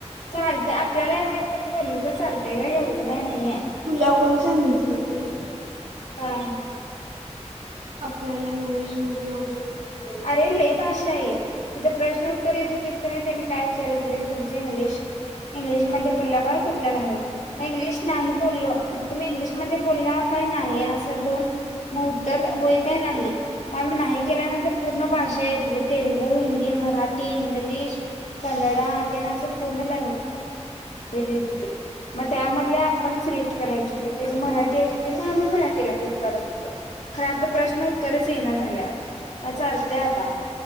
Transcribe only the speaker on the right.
तुला कोण सांगितलं ते
आपल्या लँग्वेज मध्ये वगैरे बोलायचं